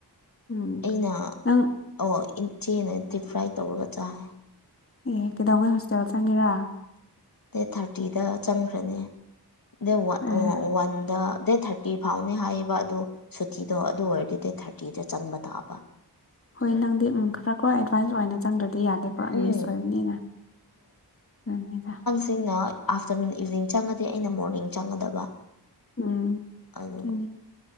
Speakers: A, on the left; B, on the left.
A: ꯎꯝ
B: ꯑꯩꯅ
A: ꯅꯪ
B: ꯑꯣ ꯏꯆꯦꯅ ꯗꯤꯞ ꯐ꯭ꯔꯥꯏ ꯇꯧꯔꯒ ꯆꯥꯏ꯫
A: ꯑꯦ ꯀꯩꯗꯧꯉꯩ ꯍꯣꯁꯇꯦꯜ ꯆꯪꯒꯦꯔꯥ꯫
B: ꯗ‌ꯦꯠ ꯊꯥꯔꯇꯤꯗ ꯆꯪꯈ꯭ꯔꯅꯤ ꯗꯦꯠ
A: ꯑꯦ
B: ꯋꯥꯟꯗ ꯗꯦꯠ ꯊꯥꯔꯇꯤ ꯐꯥꯎꯅꯤ ꯍꯥꯏꯌꯦꯕ ꯑꯗꯨ꯫ ꯁꯨꯇꯤꯗꯣ ꯑꯗꯨ ꯑꯣꯏꯔꯗꯤ ꯗꯦꯠ ꯊꯥꯔꯇꯤꯗ ꯆꯪꯕ ꯇꯥꯕ꯫
A: ꯍꯣꯏ ꯅꯪꯗꯤ ꯎꯝ ꯈꯔꯀꯣ ꯑꯦꯗꯚꯥꯟꯁ ꯑꯣꯏꯅ ꯆꯪꯗ꯭ꯔꯗꯤ ꯌꯥꯗꯦꯕ꯫ ꯄꯨꯔꯥ
B: ꯎꯝ
A: ꯃꯤꯁ ꯑꯣꯏꯕꯅꯤꯅ ꯑꯗꯨꯅꯤꯗ꯫
B: ꯁꯤꯡꯅ ꯑꯥꯐꯇꯔꯅꯨꯟ ꯏꯚꯅꯤꯡ ꯆꯪꯉꯗꯤ ꯑꯩꯅ ꯃꯣꯔꯅꯤꯡ ꯆꯪꯒꯗꯕ꯫
A: ꯎꯝ
B: ꯑꯗꯨ
A: ꯗꯨꯅꯤ